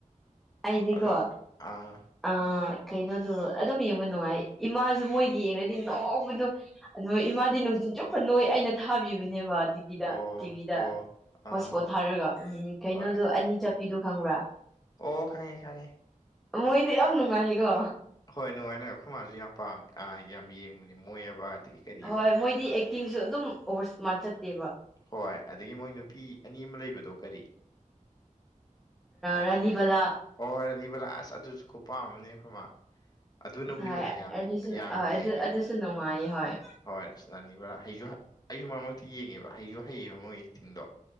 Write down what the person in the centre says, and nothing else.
ꯑꯩꯗꯤꯀꯣ
ꯑ ꯀꯩꯅꯣꯗꯣ ꯑꯗꯨꯝ ꯌꯦꯡꯕ ꯅꯨꯡꯉꯥꯏ ꯏꯃꯥꯁꯨ ꯃꯣꯏꯒꯤ ꯌꯦꯡꯉꯗꯤ ꯅꯣꯛꯄꯗ ꯑꯗꯣ ꯏꯃꯥꯗꯤ ꯅꯨꯡꯊꯤꯟ ꯆꯨꯞꯄ ꯅꯣꯏ ꯑꯩꯅ ꯊꯥꯕꯤꯕꯅꯦꯕ ꯇꯤꯚꯤꯗ
ꯇꯤꯚꯤꯗ
ꯍꯣꯠꯁꯄꯣꯠ ꯊꯥꯔꯒ ꯎꯝ ꯀꯩꯅꯣꯗꯣ
ꯑꯅꯤ ꯆꯠꯄꯤꯗꯣ ꯈꯪꯕ꯭ꯔꯥ
ꯃꯣꯏꯗꯤ ꯌꯥꯝ ꯅꯨꯡꯉꯥꯏꯌꯦꯀꯣ꯫
ꯍꯣꯏ ꯃꯣꯏꯗꯤ ꯑꯦꯛꯇꯤꯡꯁꯨ ꯑꯗꯨꯝ ꯑꯣꯕꯔ ꯁꯃꯥꯔꯠ ꯆꯠꯇꯦꯕ꯫
ꯔꯥꯅꯤꯕꯂꯥ
ꯍꯥꯏ
ꯑꯗꯨꯁꯨ
ꯍꯣꯏ
ꯑꯗꯨ ꯑꯗꯨꯁꯨ ꯅꯨꯡꯉꯥꯏꯌꯦ ꯍꯣꯏ